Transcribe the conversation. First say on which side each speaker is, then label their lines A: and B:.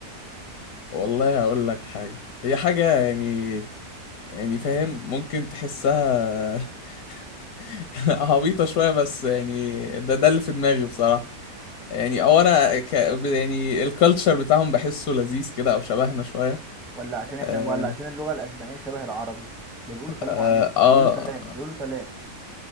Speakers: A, on the left; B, in the centre.
A: والله هقول لك حاجه هي حاجه يعني يعني فاهم ممكن تحسها <laughs> عبيطه شويه بس يعني ده ده اللي في دماغي بصراحه يعني او انا ك... يعني الكالتشر بتاعهم بحسه لذيذ كده او شبهنا شويه
B: ولا عشان احنا
A: اه,
B: ولا عشان اللغه الاسبانيه شبه العربي ده بيقولوا سلام
A: آه,
B: عليكم
A: آه
B: بيقولوا سلام بيقولوا سلام